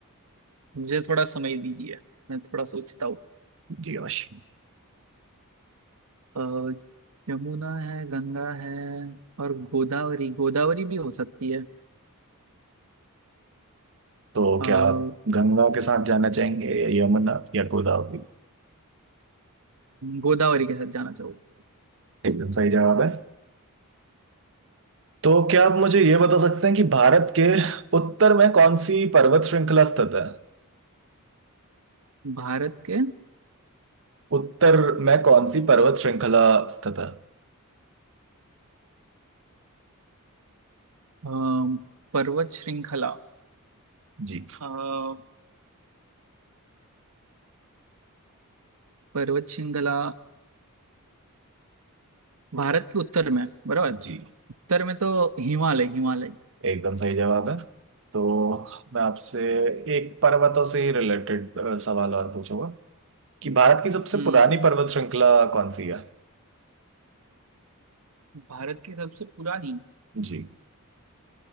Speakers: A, on the right; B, on the right.
A: मुझे थोड़ा समय दीजिए मैं थोड़ा सोचता हूँ
B: जी अवश्य
A: अ, यमुना है गंगा है और गोदावरी गोदावरी भी हो सकती है
B: तो
A: अ,
B: क्या
A: हम्म,
B: आप गंगा के साथ जाना चाहेंगे या यमुना या गोदावरी
A: गोदावरी के साथ जाना चाहूँ
B: एकदम सही जवाब है तो क्या आप मुझे ये बता सकते हैं कि भारत के उत्तर में कौन सी पर्वत श्रृंखला स्थित है
A: भारत के
B: उत्तर में कौन सी पर्वत श्रृंखला स्थित है
A: अ, पर्वत श्रृंखला
B: जी
A: अ, पर्वत श्रृंखला भारत के उत्तर में बराबर
B: जी
A: उत्तर में तो हिमालय हिमालय
B: एकदम सही जवाब है तो मैं आपसे एक पर्वतों से ही रिलेटेड सवाल और पूछूंगा कि भारत की सबसे
A: हम्म
B: पुरानी पर्वत श्रृंखला कौन सी है
A: भारत की सबसे पुरानी
B: जी